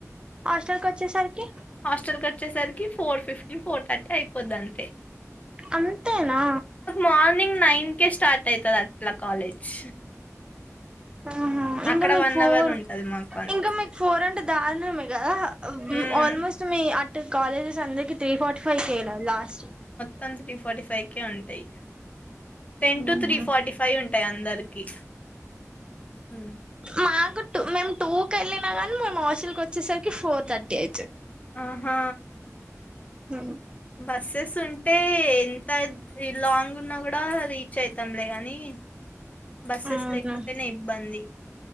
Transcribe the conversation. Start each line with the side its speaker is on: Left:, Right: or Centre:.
Right: హాస్టల్ కి వచ్చేసరికి
Left: హాస్టల్ కచ్చేసరికి ఫోర్ ఫిఫ్టీ ఇ ఫోటో అతే అయిపోద్ అంతే
Right: అంతేనా
Left: మార్నింగ్ నైన్ కే స్టార్ట్ అవుతుంది అట్లా కాలేజ్
Right: ఆహ ఇంకా
Left: అక్కడ
Right: మీకు
Left: వన్
Right: ఫోర్
Left: అవర్ ఉంటది మాకు అంతే
Right: ఇంకా మీకు ఫోర్ అంటే దారునా మగా
Left: హ్మ్
Right: ఆల్మోస్ట్ త కాలజస్ అందకి త్రీ ఫార్టీ ఫైకయలా లాస్ట్
Left: తం త్రీ ఫార్టీ ఫైవ్ కే ఉంటాయి టెన్ టటు
Right: ఊహు,
Left: త్రీ ఫార్టీ ఫవ్ ఉంట అందరికి హ్మ్
Right: మా గ మేము టూ క వెళ్ళినా గానీ మేము ఆఫీల్కి వచ్చేసరికి ఫోర్ థర్టీ అవుతు
Left: ఆహా
Right: హ
Left: బస్సెస్ ఉంటే ఎంత లాంగ్ ఉన్నా కూడా రీచ్ అయితాంలే గానీ బస్సెస్
Right: అవునా
Left: లేకపోతేనే ఇబ్బంది